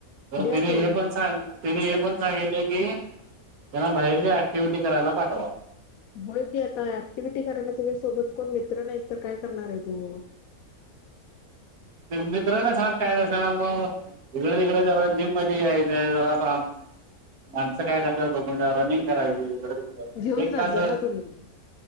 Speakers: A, on the right; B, on the left.
A: तर,
B: द्या
A: तिने
B: तुम्ही
A: हे पण सांग त्यांनी हे पण सांगितले की, त्यांना बाहेरच्या ऍक्टिव्हटी, करायला पाठवा.
B: हो, की आता ऍक्टिव्हटी करायला तुझ्या सोबत कोण मित्र, नाहीत तर काय करणार आहे तू,
A: <unintelligible> काय नाहीसणार म, हिकडं, तिकडं जरा जिम मदी, यायचं जरा माणसं काय करतात, जा रनिंग करायची, इकडे -तिकडे
B: घेऊन
A: एक
B: जात
A: तास
B: जा ना तुम्ही.